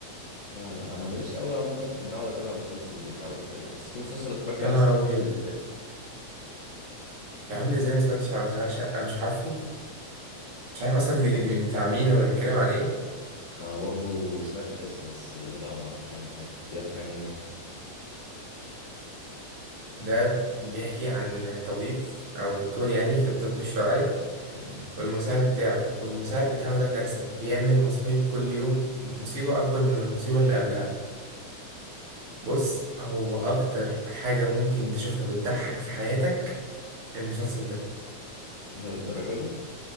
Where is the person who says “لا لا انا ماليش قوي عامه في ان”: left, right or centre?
Left